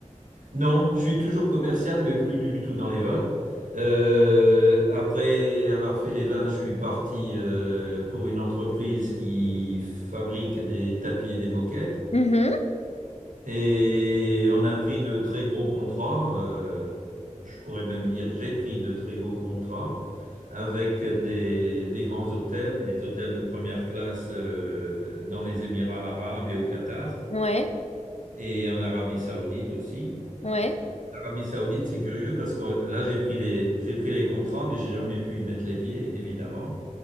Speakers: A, on the right (about 85°); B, on the left (about 55°).
A: Non, je suis toujours commercial, mais plus du tout dans les vins. Euh, après avoir fait les vins, je suis parti euh, pour une entreprise qui fabrique des tapis et des moquettes.
B: Mhm.
A: Et on a pris de très gros contrats. euh, je pourrais même dire, j'ai pris de très gros contrats avec des, des grands hôtels, des hôtels de première classe euh, dans les Émirats arabes et au Qatar
B: Ouais,
A: et en Arabie saoudite aussi. Euh,
B: ouais.
A: L'Arabie Saoudite, c'est curieux parce que euh, là, j'ai pris les, j'ai pris les contrats, mais j'ai jamais pu y mettre les pieds, évidemment,